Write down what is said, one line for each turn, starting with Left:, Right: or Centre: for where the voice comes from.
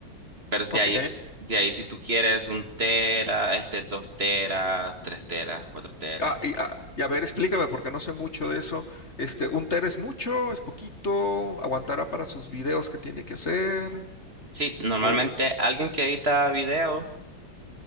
Right: Pero de
Left: ok.
Right: ahí, s- de ahí si tú quieres un tera, este dos teras, tres teras, cuatro teras.
Left: Ah, y, ah, y a ver, explícame, porque no sé mucho de eso. Este, ¿un tera es mucho? ¿Es poquito? ¿Aguantará para sus videos que tiene que hacer?
Right: Sí, normalmente
Left: O,
Right: alguien que edita videos,